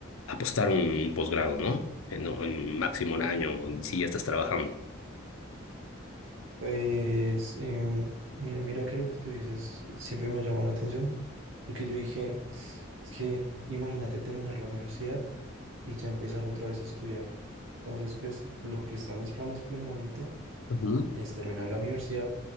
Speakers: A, on the left; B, on the right.
A: apostar un posgrado, ¿no? En, en máximo un año, si ya estás trabajando.
B: Pues, em, mira, mira que lo que tú dices eh, siempre me ha llamado la atención, porque yo dije, es que imagínate terminar la universidad y ya empezar otra vez a estudiar. Entonces, pues lo que están mis planes por el momento
A: Ujú.
B: es terminar la universidad,